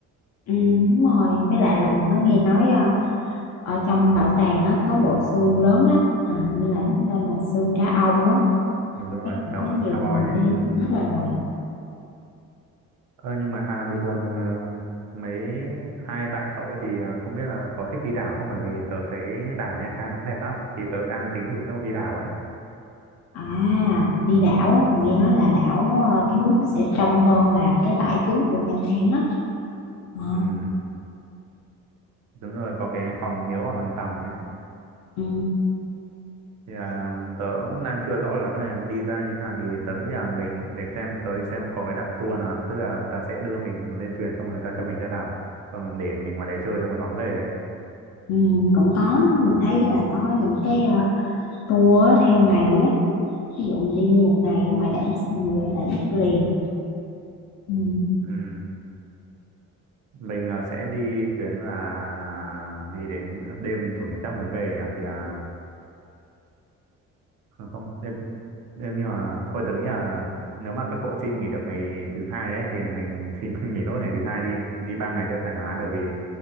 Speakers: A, on the left; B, on the right.
A: ừ, đúng rồi với lại là mình có nghe nói ờ, ở trong bảo tàng á có bộ xương lớn lắm hình như là nó tên là xương cá ông á
B: Ừ, đúng rồi,
A: thấy cũng
B: khá
A: có
B: rồi,
A: nhiều
B: khá
A: người
B: voi ấy,
A: đi đúng rồi
B: Ơ nhưng mà à bình thường ờ, mấy hai bạn cậu ấy thì ờ, không biết là có thích đi đảo không bởi vì tớ thấy đảo ở Nha Trang nó cũng đẹp lắm. Thì tớ đang tính rủ các cậu đi đảo ấy.
A: à đi đảo á mình nghe nói là đảo ờ, cái nước nó sẽ trong hơn là cái bãi chính của Nha Trang á Ờ,
B: Ừ đúng rồi có cái hòn Miếu và hòn Tầm ấy
A: ừ,
B: Thì à, tớ cũng đang chưa rõ lắm là đi ra như thế nào thì tớ nghĩ là mình để xem tớ lên xem có cái đặt tour nào tức là người ta sẽ đưa mình lên thuyền xong rồi người ta cho mình ra đảo còn để mình ngoài đấy chơi xong rồi đón về ấy
A: ừ, cũng có đó. mình thấy là có những cái ờ, tour á, theo ngày á ví dụ mình đi nguyên một ngày ở ngoài đảo xong mình về lại đất liền ừ,
B: Ừm, mình à, sẽ đi chuyến là đi đến đêm chủ nhật chắc mới về nhỉ thì à, không, không đêm đêm nhưng mà thôi tớ nghĩ là nếu mà các cậu xin nghỉ được ngày thứ hai ấy thì mình xin <laughs> nghỉ nốt ngày thứ hai đi đi ba ngày cho thoải mái bởi vì